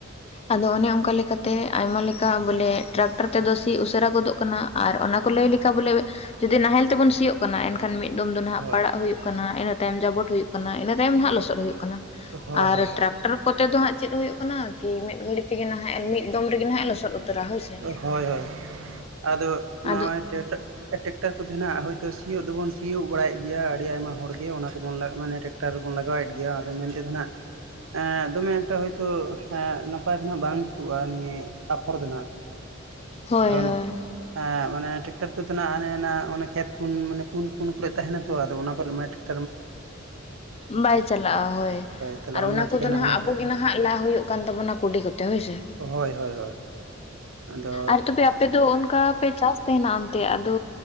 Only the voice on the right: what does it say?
ᱦᱳᱭ
ᱦᱳᱭ
ᱦᱳᱭ
ᱦᱳᱭ ᱦᱳᱭ ᱟᱫᱚ ᱱᱚᱼ
ᱚᱭ ᱴᱮᱻᱴᱮᱠᱴᱟᱨ ᱛᱟᱦᱮᱱᱟ ᱦᱚᱭᱛᱳ ᱥᱤᱭᱳᱜ ᱫᱚᱵᱚᱱ ᱥᱤᱭᱳᱜ ᱵᱟᱲᱟᱭᱮᱫ ᱜᱮᱭᱟ ᱟᱹᱰᱤ ᱟᱭᱢᱟ ᱦᱚᱲ ᱜᱮ ᱚᱱᱟ ᱠᱚᱵᱚᱱ ᱢᱟᱱᱮ ᱴᱮᱠ ᱴᱟᱠᱴᱟᱨ ᱵᱚᱱ ᱞᱟᱜᱟᱣᱮᱫ ᱜᱮᱭᱟ ᱟᱫᱚ ᱢᱮᱱᱛᱮ ᱫᱚ ᱱᱟᱜ ᱮ ᱫᱚᱢᱮ ᱮᱠᱴᱟ ᱦᱳᱭᱛᱳ ᱱᱟᱯᱟᱭ ᱫᱚ ᱱᱟᱜ ᱵᱟᱝ ᱡᱩᱛᱩᱜᱼᱟ ᱱᱤᱭᱟᱹ ᱟᱯᱷᱚᱨ ᱫᱚ ᱱᱟᱜ᱾
ᱠᱟᱨᱚᱱ
ᱮᱸ ᱢᱟᱱᱮ ᱴᱮᱨᱟᱠᱴᱟᱨ ᱛᱮᱫᱚ ᱦᱟᱱᱮ ᱱᱟᱜ ᱚᱱᱟ ᱠᱷᱮᱛ ᱠᱩᱱ ᱢᱟᱱᱮ ᱠᱩᱱ ᱠᱩᱱ ᱠᱚᱨᱮ ᱛᱟᱦᱮᱱᱟᱛᱚ ᱟᱫᱚ ᱚᱱᱟ ᱠᱚᱨᱮ ᱴᱷᱤ ᱼᱼ
ᱛᱟᱦᱞᱮ
ᱪᱤᱠᱟᱹ
ᱱᱟᱜ
ᱚᱱᱟ
ᱠᱚᱨᱮ
ᱫᱚ
ᱦᱳᱭ ᱦᱳᱭ ᱦᱳᱭ ᱟᱫᱚ